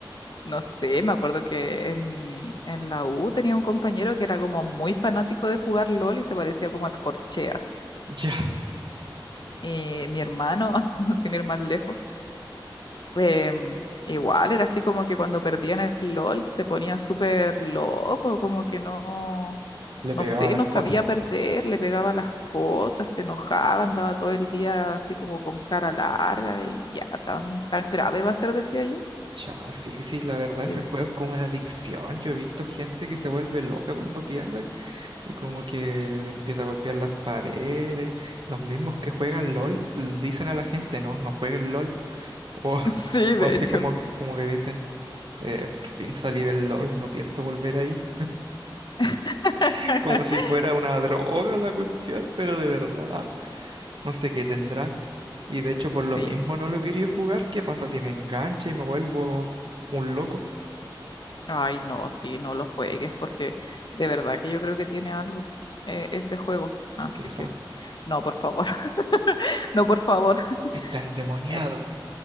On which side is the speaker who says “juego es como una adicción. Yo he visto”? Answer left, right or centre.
Right